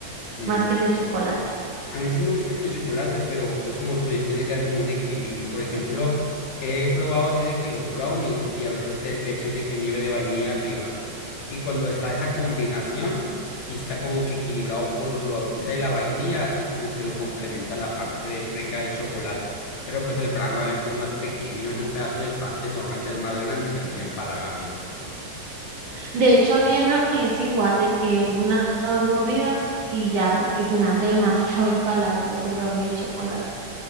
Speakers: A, on the left; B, on the right.
A: Mm,
B: más que el de chocolate.
A: A mí sí me gusta el de chocolate, pero es como tú dices, tiene que haber como un equilibrio. Por ejemplo, he probado así de que los brownies y a veces que le echan de que nieve de vainilla arriba. Y cuando está esa combinación, sí está como que equilibrado por lo dulce de la vainilla y como que lo complementa la parte de- rica del chocolate. Pero pues el brownie obviamente es más pequeño, en un pedazo de pastel normalmente es más grande y termina empalagando, pues.
B: De hecho, a mí el brownie es igual de que una o dos mordidas y ya, porque se me hace demasiado <laughs> empalagoso el brownie de chocolate.